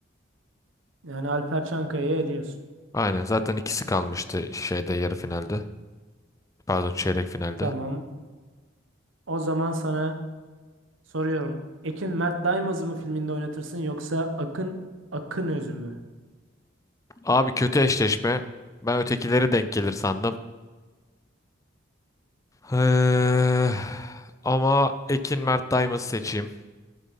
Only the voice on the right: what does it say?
Yani Alper Çankaya'yı eliyorsun.
Tamam. O zaman sana soruyorum. Ekin Mert Daimaz'ı mı filminde oynatırsın yoksa Akın Akın Özü mü?